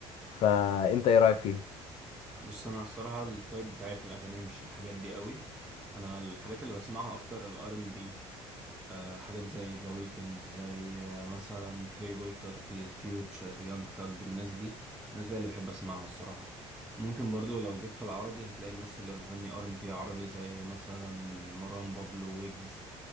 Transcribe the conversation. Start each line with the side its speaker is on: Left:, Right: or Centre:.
Left: فانت ايه رأيك فيهم
Centre: بص انا الصراحه التايب بتاعي في الاغاني مش الحاجات دي قوي انا الحاجات اللي بسمعها اكتر الار ام بي حاجات زي ذا ويكند زي آه، مثلا بلاي بوي كارتي فيوتشر يونج ثج الناس دي الناس دي اللي بحب اسمعها الصراحه ممكن برضو لو جيت في العربي هتلاقي الناس اللي بتغني ار ام بي عربي زي مثلا مروان بابلو ويجز